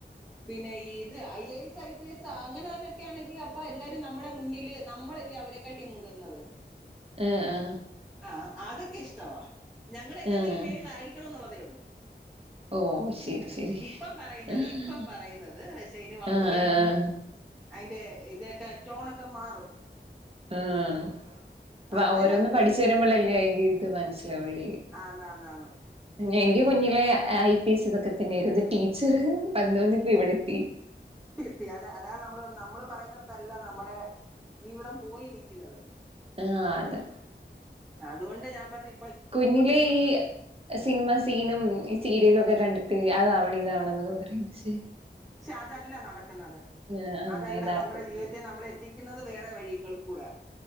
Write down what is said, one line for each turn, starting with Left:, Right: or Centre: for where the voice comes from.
Centre: പിന്നെ ഇത് I S I P S അങ്ങനെല്ലൊക്കെ ആണെങ്കി അപ്പൊ എല്ലാരും നമ്മുടെ മുന്നില് നമ്മളല്ലേ അവരെക്കാട്ടി മുതിർന്നത്
Right: ആ ആ
Centre: ആ അദോക്കെ ഇഷ്ടവാ ഞങ്ങൾ എല്ലാത്തിലും
Right: ആഹ്
Centre: മേളിലായിരിക്കണം എന്നുള്ളതേ
Right: ഓ
Centre: <unintelligible>
Right: ശരി ശരി
Centre: ഇപ്പം പറയുന്നത്
Right: ആഹ്
Centre: ഇപ്പം പറയുന്നത് പക്ഷെ ഇനി വളർന്ന
Right: ആഹ്
Centre: വരുമ്പം അതിൻ്റെ ഇതൊക്കെ റ്റോണൊക്കെ മാറും
Right: ഉം
Centre: അന്നേരം
Right: ഓരോന്ന് പഠിച്ച്
Centre: ഒരു
Right: കഴിയുമ്പോളല്ലേ അതിന്റെ ഇത് മനസ്സിലാവുള്ള്
Centre: ആന്ന് ആന്ന് ആന്ന്
Right: ഈ <unintelligible> കുഞ്ഞിലെ ഐ പി എസ് ഇതൊക്കെ <unintelligible> വന്ന് വന്നിപ്പോ ഇവിടെത്തി
Centre: എത്തി അതാ അതാ നമ്മള് പറഞ്ഞെ നമ്മള് പറയുന്നിടത്തല്ല നമ്മുടെ ജീവിതം പോയി നിക്കുന്നത്
Right: ആ അതെ
Centre: ആ അതുകൊണ്ട് ഞാൻ പറഞ്ഞ്
Right: കുഞ്ഞിലെ ഈ സിനിമ സീനും സീരിയലും ഒക്കെ കണ്ടിട്ട് അതാവണം ഇതാവണം എന്നൊക്ക പറയും പക്ഷേ
Centre: പക്ഷെ അതല്ല നടക്കുന്നത്
Right: ആഹ് ആഹ്
Centre: അതല്ല
Right: യഥാർത്ഥത്തില്
Centre: നമ്മുടെ ജീവിതത്തെ നമ്മൾ എത്തിക്കുന്നത് വേറെ വഴികൾ കൂടാ